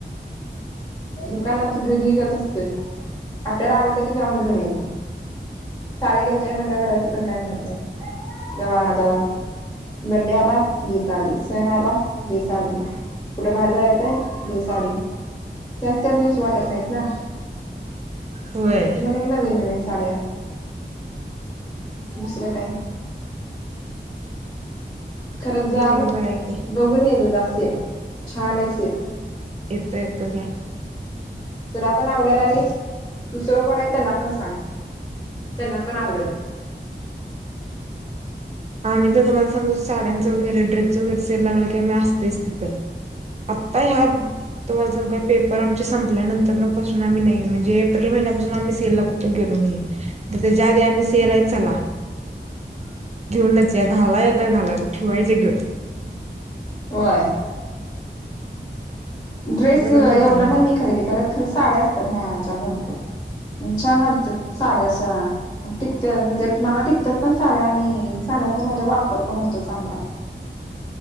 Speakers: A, on the left (about 20°); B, on the right (about 35°).
A: दुकानात भीिकच असते आपल्याला आवडत क जाऊन घेऊन यायची साडी घ्यायच्या आहे म्हणजे घरात पण काय म्हणत नाही जावा आनाजावा ग्डे्या आला जी साडी सहण आला जी साडी कुठे बाहेर जा येत आहे जे साडी त्यास्तत नस वाटत नाहीत ना
B: होय
A: म्हणून नवीन नवीन साड्या दुसरं काय खरंच जाऊन
B: बरोबर आहे की
A: बघून ये जा जा सेल छान अआहे सेल
B: येतो येतो का
A: तर आपण आवडल आणि दुसरं कोण आहे त्यांना पण सांग त्यांना पण आवडेल
B: आम्ही तर तुम्हाला सांगू साड्यांच वगरे डैससं वगैरेय लागल की आम्ही असच आता ह्या तुम्हाला स पेपर आमचे सं संपल्यानंतर म्हणजे एप्रिल महिन्यापासून आम्ही सेलला कुठे गेलो नाही त्या आधी आ सेल आहे चला.
A: <unintelligible>
B: घेऊनच या घाला या न घाला ठेवायचं घेऊन.
A: व्हय. ड्रेस
B: बरं
A: एवढं
B: पडतं ना
A: नाही मी खरेदी करत खरं साड्या असतात मच्या भरपूर छान वाटतात साड्याा टिकत म्हणजे मला टिकतात पण साड्या आणि साड्याचा माा वापर पण होतो चांगला.